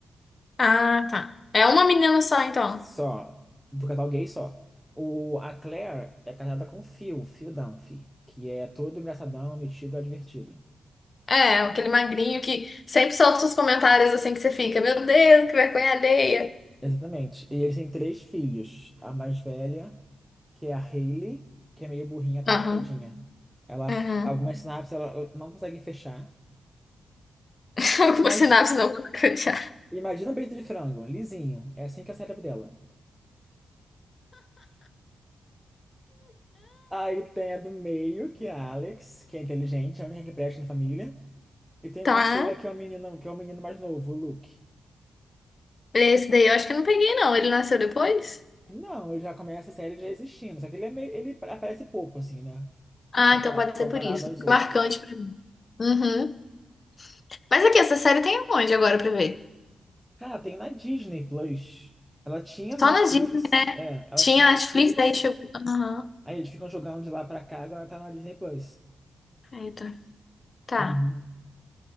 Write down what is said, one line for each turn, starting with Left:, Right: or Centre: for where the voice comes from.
Left: Ah, tá. É uma menina só, então.
Centre: Só. Do casal gay só. O, a Claire é casada com o Phil, Phil Dunphy, que é todo engraçadão, metido, advertido.
Left: É, aquele magrinho que sempre solta os comentários assim que você fica, meu Deus, que vergonha alheia.
Centre: Exatamente. E eles têm três filhos. A mais velha, que é a Hailey, que é meio burrinha também,
Left: Aham,
Centre: tadinha. Ela,
Left: aham.
Centre: algumas sinapses ela não consegue fechar.
Left: <laughs> Alguma
Centre: Imagina,
Left: sinapse não já.
Centre: imagina um peito de frango, lisinho. É assim que é o cérebro dela. Aí tem a do meio, que é a Alex, que é inteligente, é a única que presta na família. E tem
Left: Tá.
Centre: o caçula, que é o menino, que é o menino mais novo, o Luke.
Left: Esse daí eu acho que eu não peguei, não. Ele nasceu depois?
Centre: Não, ele já começa a série já existindo, só que ele, é meio, ele aparece pouco, assim, né?
Left: Ah,
Centre: Compara-
Left: então pode
Centre: comparado
Left: ser por isso.
Centre: aos outros.
Left: Marcante pra mim. Uhum. Mas aqui, essa série tem onde agora pra ver?
Centre: Cara, tem na Disney Plus. Ela tinha Netflix,
Left: Só nas Disney.
Centre: é, ela
Left: Tinha
Centre: tinha Netflix,
Left: Netflix, aí chegou. Aham.
Centre: aí eles ficam jogando de lá pra cá, agora tá na Disney Plus.
Left: Eita. Tá.
Centre: Uhum.